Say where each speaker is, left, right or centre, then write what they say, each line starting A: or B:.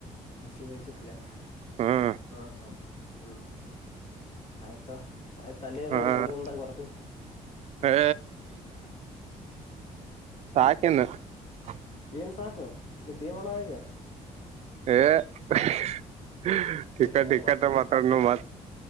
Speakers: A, on the left; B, on the right.
A: ಮಸಿಬೖಚಿಕ್ಲೆ
B: ಹ್ಮ್
A: ಹಾ ಹಾ. ಹಾ ಆಯ್ತ ಆಯ್ತಲ್ಲೇ ಇರು
B: ಹ
A: ನನ್ ರೂಮ್ದಾಗ ಬರ್ತನ.
B: ಏ ಸಾಕಿನು. ಹ <inaudible>
A: ಏನ್ಸಾಕು ಮತ್ತೇನ್ಮಾಡಣ ಈಗ?
B: ಹ <unintelligible>
A: ಏ ಕುಂದ್ರ ಬರ್ತಾ
B: ಮಾತಡ್ನು ಮಾತ